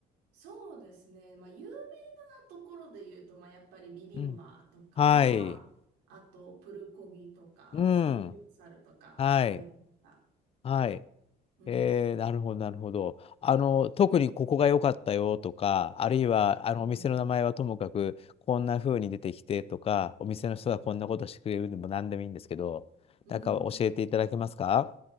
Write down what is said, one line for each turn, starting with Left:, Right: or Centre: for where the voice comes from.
Right: そうですね。まあ、有名なところで言うと、まあ、やっぱりビビンバとか、
Left: うんはい。
Right: あと、プルコギとか、
Left: うん。
Right: サムギョプサルとか食べました。
Left: はい。はい。
Right: うん。
Left: えー、なるほど、なるほど。あの、特にここが良かったよとか、あるいは、あの、
Right: うん。
Left: お店の名前はともかく、こんな風に出てきてとか、お店の人がこんなことしてくれるでも何でもいいんですけど、
Right: うん。うん。
Left: なんか教えていただけますか